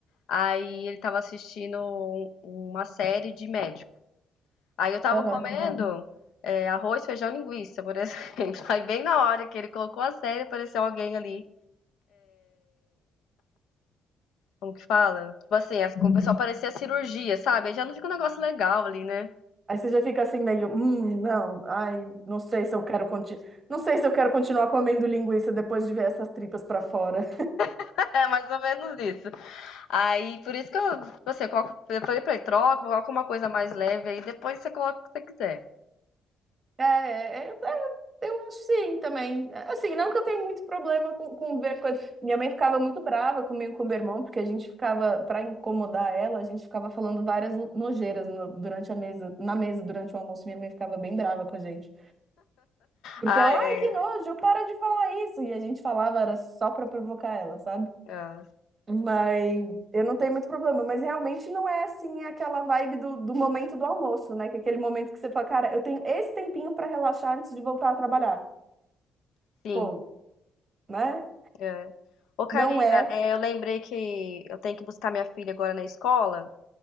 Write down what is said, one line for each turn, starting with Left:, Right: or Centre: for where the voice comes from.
Left: Aí ele tava assistindo um- uma série de médico. Aí eu tava
Right: aham.
Left: comendo é, arroz, feijão, linguiça, por exemplo. <laughs> Aí bem na hora que ele colocou a série, apareceu alguém ali. O que fala? Tipo assim, as- o pessoal parecia cirurgia, sabe? Aí já não fica um negócio legal ali, né?
Right: Aí você já fica assim meio, hum, não, ai, não sei se eu quero conti... não sei se eu quero continuar comendo linguiça depois de ver essas tripas pra fora.
Left: <laughs> É mais ou menos isso. Aí, por isso que eu, você coloca, depois pra ele troca, coloca uma coisa mais leve aí, depois você coloca o que você quiser.
Right: É, é, é, é, eu acho sim também. Assim, não que eu tenha muito problema com, com ver coisas. Minha mãe ficava muito brava comigo, e com meu irmão, porque a gente ficava, pra incomodar ela, a gente ficava falando várias no- nojeiras no- durante a mesa, na mesa durante o almoço. Minha mãe ficava bem brava com a gente. Porque
Left: Ah,
Right: ela,
Left: é,
Right: ai, que nojo, para de falar isso. E a gente falava, era só pra provocar ela, sabe?
Left: é,
Right: Mas eu não tenho muito problema, mas realmente não é assim aquela vibe do, do momento do almoço, né? Que é aquele momento que você fala, cara, eu tenho esse tempinho pra relaxar antes de voltar a trabalhar.
Left: sim,
Right: Pô, né?
Left: é. Ô, Karina,
Right: Não é.
Left: é, eu lembrei que eu tenho que buscar minha filha agora na escola.